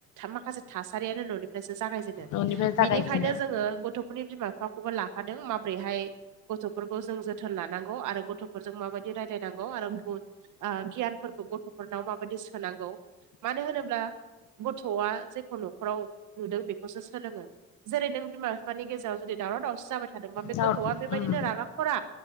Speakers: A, on the right; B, on the left.
A: माखासे थासारियानो न'निफ्रायसो जागायजेनो।
B: न'निफ्राय जागायजेनो
A: बिनिखायनो जोङो गथ' खरनि बिमा बिफाखौबो लाफादों माबोरैहाय गथ'फोरखौ जों जोथोन लानांगौ आरो गथ'फोरजों माबायदि रायलायनांगौ आरो आ गियानफोरखौ गथ'फोरनाव माबायदि सोनांगौ मानो होनोब्ला गथ'आ जेखौ न'खराव नुदों बेखौसो सोलोङो जेरै नों बिमा बिफानि गेजेराव जुदि दावराव दावसि जाबाय थादोंबा बे
B: जा
A: गथ'आ बेबायदिनो
B: ओम
A: रागा खरा